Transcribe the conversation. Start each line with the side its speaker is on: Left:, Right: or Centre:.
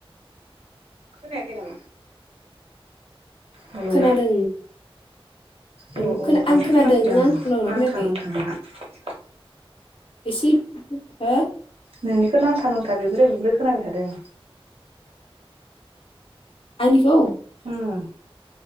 Right: खोनायाखै नामा? हेलौ
Left: खोनादों
Right: अ
Left: औ
Right: दासो
Left: आं खोनादों
Right: खोनाफैदों
Left: नों
Right: आङो
Left: आंखौ खोनागोना खोनायाखै?
Right: <inaudible>
Left: <unintelligible>
Right: नोंनिखौ नांथा नांथा बेब्रे बेब्रे खोनाबाय थादों।
Left: आंनिखौ।
Right: ओम